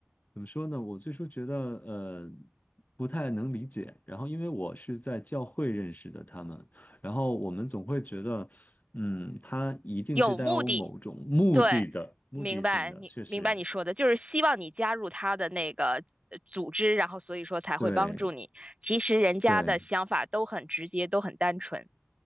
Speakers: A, on the left; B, on the right.
A: 怎么说呢？我最初觉得呃不太能理解，然后因为我是在教会认识的他们，然后我们总会觉得。嗯，他一定是带有某种目的的、
B: 有目的。对，
A: 目的性的，
B: 明白你明白你说的，
A: 确实，
B: 就是希望你加入他的那个呃组织，然后所以说才会帮助你。
A: 对
B: 其实人家的想法都很直接，
A: 对，
B: 都很单纯。